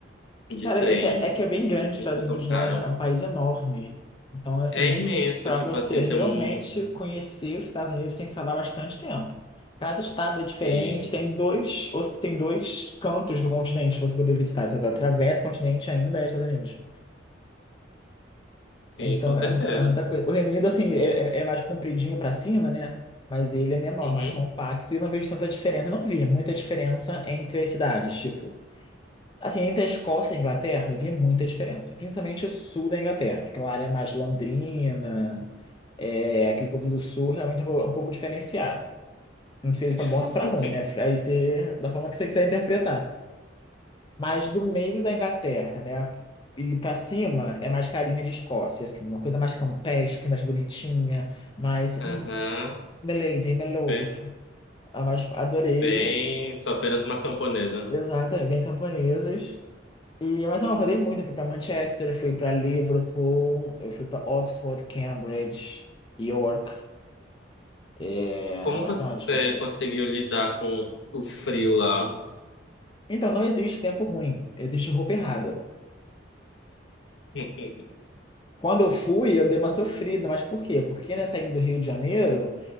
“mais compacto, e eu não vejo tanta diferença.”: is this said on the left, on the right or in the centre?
Left